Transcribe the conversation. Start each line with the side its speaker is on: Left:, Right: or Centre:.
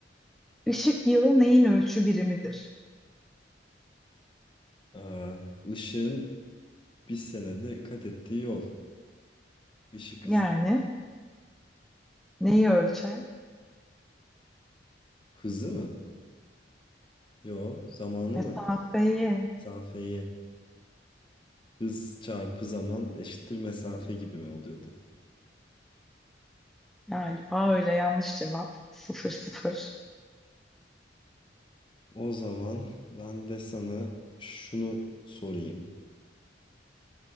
Centre: Işık yılı neyin ölçü birimidir?
Left: Aa, ışığın bir senede kat ettiği yol. Işık
Centre: Yani
Left: hızı.
Centre: neyi ölçer?
Left: Hızı mı? Yo, zamanı
Centre: Mesafeyi.
Left: mı? Mesafeyi. Hız çarpı zaman eşittir mesafe gibi mi oluyordu?
Centre: Galiba öyle yanlış cevap. Sıfır sıfır.
Left: O zaman ben de sana şunu sorayım.